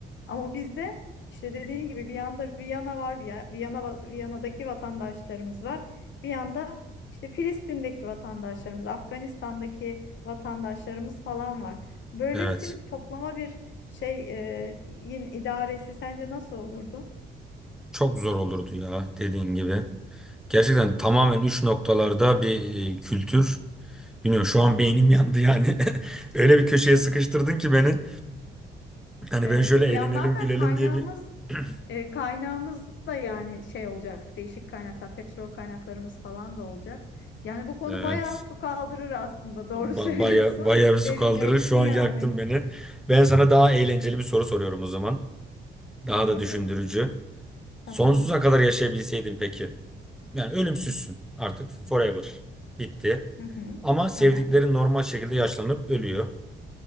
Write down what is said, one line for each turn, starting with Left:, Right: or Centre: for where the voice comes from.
Left: Ama bizde işte dediğin gibi bir yanda Viyana var, Viya- Viyana va- Viyana'daki vatandaşlarımız var. Bir yanda işte Filistin'deki vatandaşlarımız, Afganistan'daki vatandaşlarımız falan var. Böylesi
Centre: Evet.
Left: bir toplama bir şey e, yin idaresi sence nasıl olurdu?
Centre: Çok zor olurdu ya dediğin gibi. Gerçekten tamamen üç noktalarda bir e, kültür. Bilmiyorum şu an beynim yandı yani. <laughs> Öyle bir köşeye sıkıştırdın ki beni. Hani
Left: Evet,
Centre: ben şöyle
Left: bir
Centre: eğlenelim
Left: yandan da
Centre: gülelim
Left: kaynağımız
Centre: diye bir... <clears throat>
Left: E, kaynağımız da yani şey olacak, değişik kaynaklar, petrol kaynaklarımız falan da olacak. Yani bu konu
Centre: Evet.
Left: bayağı su kaldırır aslında. Doğru
Centre: Ba
Left: <laughs> söylüyorsun.
Centre: baya, baya bir
Left: Bu
Centre: su
Left: Derinleşti
Centre: kaldırır. Şu an
Left: yani.
Centre: yaktın beni. Ben sana daha eğlenceli bir soru soruyorum o zaman. Daha
Left: Hadi
Centre: da
Left: bakalım
Centre: düşündürücü.
Left: dinliyorum. Tamam.
Centre: Sonsuza kadar yaşayabilseydin peki. Yani ölümsüzsün artık. Forever. Bitti.
Left: Hı hı.
Centre: Ama sevdiklerin
Left: Tamam.
Centre: normal şekilde yaşlanıp ölüyor.